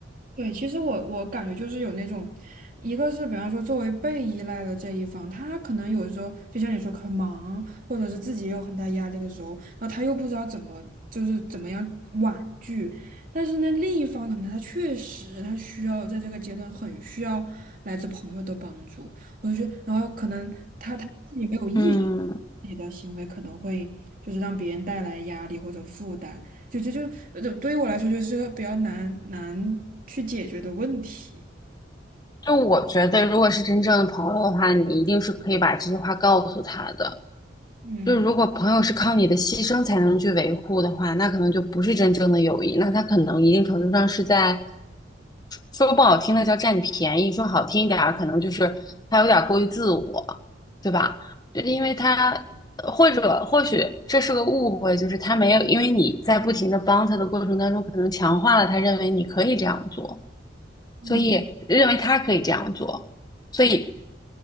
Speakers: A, on the right; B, on the left.
A: 对，其实我我感觉就是有那种，一个是比方说作为被依赖的这一方，他可能有时候就像你说很忙，或者是自己也有很大压力的时候，然后他又不知道怎么就是怎么样婉拒，但是呢，另一方可能他确实他需要在这个阶段很需要来自朋友的帮助，我就觉得，然后可能他他自己没有意识。
B: 嗯，
A: 你的行为可能会就是让别人带来压力或者负担，就这就呃就对于我来说就是个比较难难去解决的问题。
B: 就我觉得，如果是真正的朋友的话，你一定是可以把这些话告诉他的。
A: 嗯
B: 就是如果朋友是靠你的牺牲才能去维护的话，那可能就不是真正的友谊，那他可能一定程度上是在说不好听的叫占你便宜，说好听一点儿，可能就是他有点过于自我，对吧？就是因为他呃或者或许这是个误会，就是他没有，因为你在不停的帮他的过程当中，可能强化了他认为你可以这样做。
A: 嗯
B: 所以认为他可以这样做，所以